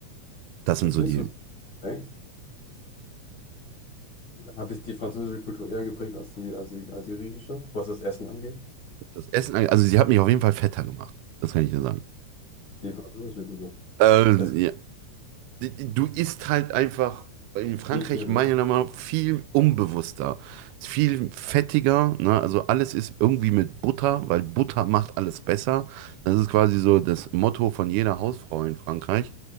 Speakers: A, on the right; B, on the left.
A: Das sind
B: Das
A: so
B: ist nicht
A: die.
B: so direkt. Hat dich die französische Kultur eher geprägt als die, als die, als die griechische, was das Essen angeht?
A: Das Essen, angeht- also sie hat mich auf jeden Fall fetter gemacht. Das kann ich dir sagen.
B: Die französische Kultur.
A: Ähm,
B: Es gibt
A: ja. Du isst halt einfach in Frankreich
B: viel Käse.
A: meiner Meinung nach viel unbewusster, viel fettiger. Ne? Also alles ist irgendwie mit Butter, weil Butter macht alles besser. Das ist quasi so das Motto von jeder Hausfrau in Frankreich.